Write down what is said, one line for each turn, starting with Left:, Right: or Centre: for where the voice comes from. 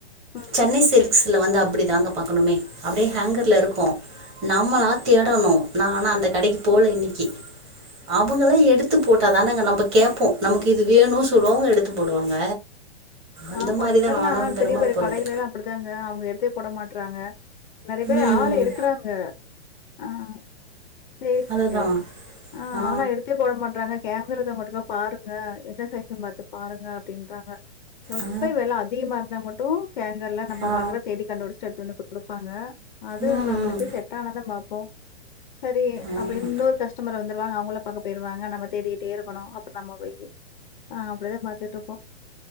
Left: ம்.
Right: சென்னை சில்க் ஸ்ல வந்து அப்டி தாங்க பாக்கணுமே அப்டியே ஹேங்கர்ல இருக்கும் நம்மளா
Left: ஆ
Right: தேடணு
Left: சரி.
Right: நா ஆனா அந்த கடைக்கி போல இன்னைக்கி அவுங்கள எடுத்து போட் டா தானங்க நம்ம கேட்போ நமக்கு இது வேணு சொல்லுவோ அவுங்க எடுத்து போடுவாங்க அந்த
Left: ஆமா
Right: மாரிதா
Left: இப்பெல்லா
Right: நானு பெரும்பாலு
Left: பெரிய பெரிய
Right: போறது
Left: கடையிலேல்லா அப்டி தாங்க அவுங்க எடுத்தே போட மாட் டறாங்க நறைய பேரு
Right: ம்
Left: ஆள இருக்கறாங்க ஆஹ் சேல்ஸ்கு
Right: அதுதா
Left: ஆஹ்
Right: ஆ
Left: ஆனா எடுத்தே போட மாட்டறாங்க கேங் இருக்கறத மட்டுமே பாருங்க என்ன சைஸ்ஸுன் பாத்து பாருங்க அப்டின்றாங்க ரொம்ப
Right: ஆ ஆ
Left: வெல அதிகமா இருந்தா மட்டு ஹேங்கர்லா நம்ம
Right: ஆ ஆ
Left: பாக்குற தேடி கண்டுபுடிச்சிட்டு எடுத்து வந்து குடுப்பாங்க அதும்
Right: ம்
Left: நம்ளுக்கு
Right: ம்
Left: செட்டானதா பாப் போ செரி
Right: ஆமா
Left: அப்டின் இன்னொரு கஸ்டமர வந்து ருவங்க அவுங்கள பக்க போயிவாங்க நம்ம தேடிகிட்டே இருக்கணு அப்ப நம்ம போய் ஆஹ் அப்டிதா பாத்துட்டு இருப்போ